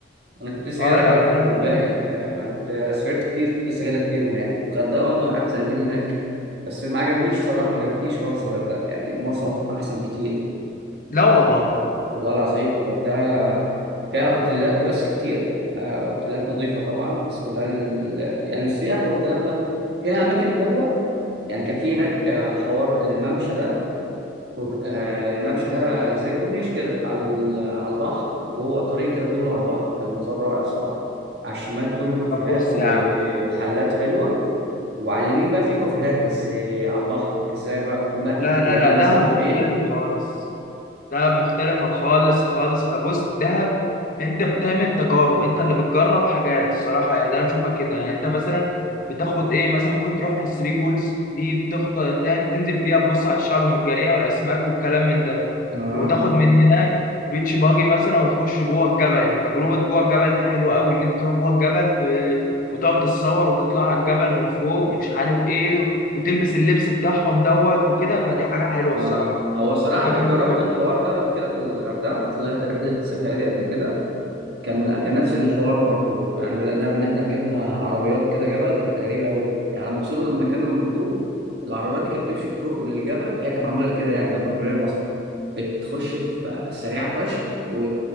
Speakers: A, on the right; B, on the left.
A: انا كنت لسه
B: اه
A: جاي لك
B: لا
A: بقى
B: الغردقه
A: في الباقي
B: جميل
A: فاهم انا كنت سافرت كتير كنت لسه جاي لك فيهم يعني الغردقه وانا قعدت سنتين هناك بس ما عجبنيش صراحه ما عجبتنيش خالص الغردقه يعني مرسى مطروح احسن بكتير
B: لا والله
A: والله العظيم الغردقه فيها اوتيلات بس كتير آه، اوتيلات نظيفه طبعا بس كلها لل... يعني للسياح والكلام ده فيها اماكن حلوه يعني كان في هناك آه، حوار الممشى ده كور... آه الممشى ده زي كورنيش كده على ال- على البحر جوه طريق كده كله على البحر كان منظر رائع الصراحة على الشمال كله كافيهات
B: طب بص
A: ومحلات
B: يا عم
A: حلوة وعلى اليمين بقى في كافيهات بس آه، على البحر ازاي بقى المركب
B: لا
A: تلاقيه
B: لا لا
A: مثلا
B: دهب
A: كافيه
B: مختلف خالص دهب مختلفة خالص خالص بص دهب انت بتعمل تجارب انت اللي بتجرب حاجات الصراحة يعني ده انا بشوفها كده يعني انت مثلا بتاخد ايه مثلا ممكن تروح ثري بولز دي بتخطط تنزل فيها تبص على الشعب المرجانية والاسماك والكلام من ده
A: اه
B: وتاخد من هناك بيتش باجي مثلا وتخش جوه الجبل يعني تجربة جوه الجبل دي حلوة قوي ان انت تروح جوه الجبل في وتقعد تتصور وتطلع على الجبل من فوق ومش عارف ايه وتلبس اللبس بتاعهم دوت وكده فدي حاجة حلوة
A: آه
B: الصراحة
A: هو الصراحة
B: تجربة
A: أنا جربت
B: حلوة
A: الحوار ده قبل كده في الغردقة طلعت رحلة سفاري قبل كده كان كان نفس الحوار برضو يعني بدأنا بإن إحنا ركبنا عربيات كده جبل كانت غريبة أوي يعني لما وصلنا المكان المطلوب العربيات دي كانت بتمشي في طرق للجبل هي كانت معمولة كده يعني ده بروجرام أصلا بتخش في سريعة فشخ و...